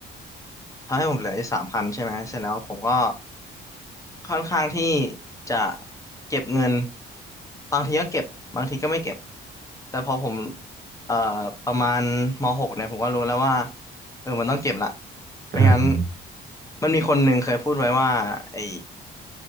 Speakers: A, on the left; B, on the right.
A: ทำให้ผมเหลืออยู่สามพันใช่ไหม เสร็จแล้วผมก็ ค่อนข้างที่จะเก็บเงิน บางทีก็เก็บ บางทีก็ไม่เก็บ แต่พอผมเอ่อประมาณมหกเนี่ยผมก็รู้แล้วว่าเออมันต้องเก็บละไม่งั้น
B: อ่า
A: มันมีคนหนึ่งเคยพูดไว้ว่าไอ้